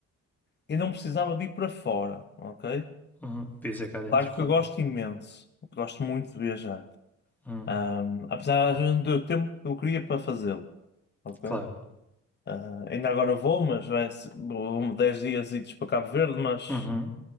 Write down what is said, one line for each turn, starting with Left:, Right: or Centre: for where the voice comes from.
Left: e não precisava de ir para fora, ok?
Centre: uhum. Pisa cá dentro,
Left: Claro
Centre: claro.
Left: que eu gosto imenso, gosto muito de viajar.
Centre: Uhum,
Left: Ahm, apesar às vezes não ter o tempo que eu queria para fazê-lo, ok?
Centre: claro.
Left: Ah, ainda agora vou, mas vai se- vou 10 dias idos para Cabo Verde, mas
Centre: Uhum.